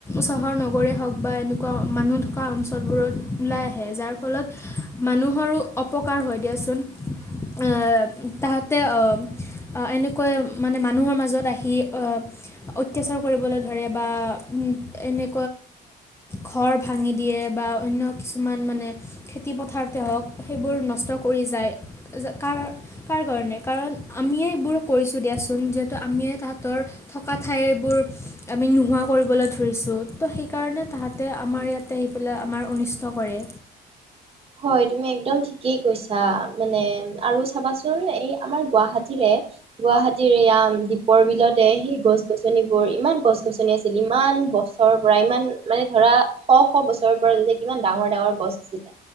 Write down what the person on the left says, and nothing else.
চহৰ নগৰ গৰে হওক বা এনেকুৱা মানুহ থকা অঞ্চলবোৰত ওলাই আহে। যাৰ ফলত মানুহৰো অপকাৰ হয় দিয়াচোন। আহ তাহাতে অহ আ এনেকৈ মানে মানুহৰ মাজত আহি। অ অত্যাচাৰ কৰিবলে ধৰে বা এনে
ঘৰ ভাঙি দিয়ে বা অন্য কিছুমান মানে খেতি পথাৰতে হওঁক। সেইবোৰ নষ্ট কৰি যায়। য কাৰ কাৰ কাৰণে কাৰণ আমিয়ে এইবোৰ কৰিছোঁ দিয়াচোন। যিহেতু আমি আমিয়ে তাঁহাতৰ থকা ঠাইবোৰ আমি নোহোৱা কৰিবলৈ ধৰিছোঁ। তো সেইকাৰণে তাহাঁতে আমাৰ ইয়াতে আহি পেলাই আমাৰ অনিষ্ট কৰে।